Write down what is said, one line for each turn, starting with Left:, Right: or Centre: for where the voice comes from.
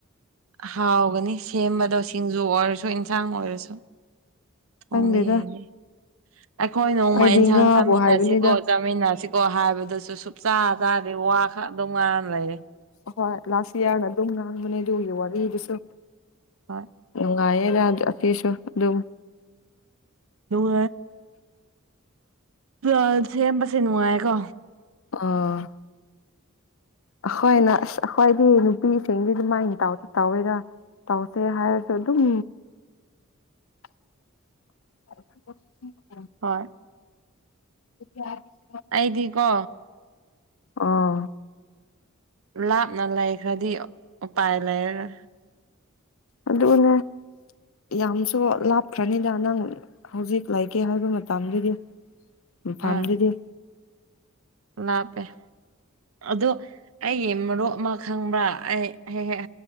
Right: ꯍꯥꯎꯒꯅꯤ ꯁꯦꯝꯕꯗ ꯁꯤꯡꯖꯨ ꯑꯣꯏꯔꯁꯨ ꯏꯟꯁꯥꯡ ꯑꯣꯏꯔꯁꯨ ꯊꯣꯡꯕꯤ
Left: ꯈꯪꯗꯦꯗ
Right: ꯍꯥꯏꯅꯦ ꯑꯩꯈꯣꯏ ꯅꯣꯡꯃ
Left: ꯑꯩꯗꯤ
Right: ꯏꯟꯁꯥꯡ
Left: ꯉꯥꯕꯨ
Right: ꯆꯥꯃꯤꯟꯅꯁꯤꯀꯣ
Left: ꯍꯥꯏꯕꯅꯤꯗ
Right: ꯆꯥꯃꯤꯟꯅꯁꯤ ꯀꯣ ꯍꯥꯏꯕꯗꯨꯁꯨ ꯁꯨꯛꯆꯥ ꯆꯥꯗꯔꯤ ꯋꯥ ꯈꯛ ꯑꯗꯨꯝ ꯉꯥꯡꯔ ꯂꯩꯔꯦ
Left: ꯍꯣꯏ ꯂꯥꯁ ꯏꯌꯥꯔꯅ ꯑꯗꯨꯝ ꯉꯥꯡꯕꯅꯦ ꯑꯗꯨꯒꯤ ꯋꯥꯔꯤꯂꯤꯗꯨꯁꯨ
Right: ꯍꯣꯏ
Left: ꯉꯥꯏꯔꯦꯔ ꯑꯁꯤꯁꯨ ꯑꯗꯨꯝ
Right: ꯅꯨꯡ ꯑ ꯁꯦꯝꯕꯁꯦ ꯅꯨꯡꯉꯥꯌꯦꯀꯣ
Left: ꯑ ꯑꯈꯣꯏꯅ ꯑꯁ ꯑꯈꯣꯏꯗꯤ ꯅꯨꯄꯤꯁꯤꯡꯗꯤ ꯑꯗꯨꯃꯥꯏꯟ ꯇꯥꯎꯗ ꯇꯧꯋꯦꯗ ꯇꯧꯁꯦ ꯍꯥꯏꯁꯨ ꯑꯗꯨꯝ
Right: <inaudible>
Left: <inaudible>
Right: ꯍꯣꯏ
Left: <inaudible>
Right: ꯑꯩꯗꯤꯀꯣ
Left: ꯑꯥ
Right: ꯂꯥꯞꯅ ꯂꯩꯈ꯭ꯔꯗꯤ ꯎꯄꯥꯏ ꯂꯩꯔꯦ
Left: ꯑꯗꯨꯅꯦ ꯌꯥꯝꯁꯨ ꯂꯥꯞꯈ꯭ꯔꯅꯤꯗ ꯅꯪ ꯍꯧꯖꯤꯛ ꯂꯩꯒꯦ ꯍꯥꯏꯕ ꯃꯇꯝꯗꯨꯗꯤ ꯃꯐꯥꯝꯗꯨꯗꯤ
Right: ꯑꯥ ꯂꯥꯞꯄꯦ ꯑꯗꯨ ꯑꯩꯒꯤ ꯃꯔꯨꯞ ꯑꯃ ꯈꯪꯕ꯭ꯔꯥ ꯑꯩ ꯍꯦꯛ ꯍꯦꯛ